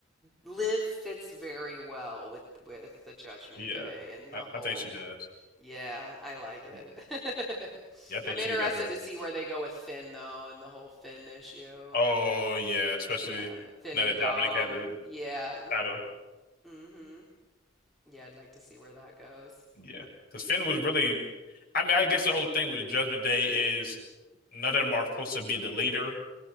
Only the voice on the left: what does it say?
Yeah,
I,
I think she does.
Mm. Yeah,
I think
she
got the.
Oh yeah, especially
now
that
Dominic had the
title.
Yeah, because Finn was really I mean, I guess the whole thing with the Judgment Day is none of them are supposed to be the leader,